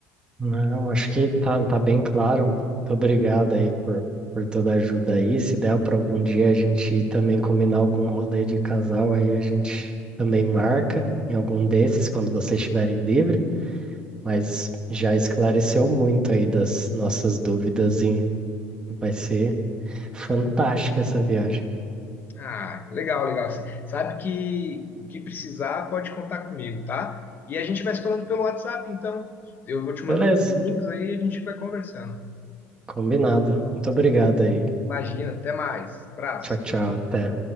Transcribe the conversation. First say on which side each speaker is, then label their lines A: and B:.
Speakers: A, on the right; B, on the left.
A: Não, acho que tá, tá bem claro. Muito obrigado aí por, por toda a ajuda aí. Se der para algum dia a gente ir também combinar algum rolê de casal, aí a gente também marca em algum desses quando vocês estiverem livre. Mas já esclareceu muito aí das nossas dúvidas e vai ser fantástica essa viagem.
B: Ah, legal, legal. Cê Sabe que o que precisar pode contar comigo, tá? E a gente vai se falando pelo WhatsApp, então. Eu vou te mandando
A: Beleza,
B: os links aí e a gente vai conversando.
A: combinado. Muito obrigado aí.
B: Imagina, até mais. Abraço.
A: Tchau, tchau. Até.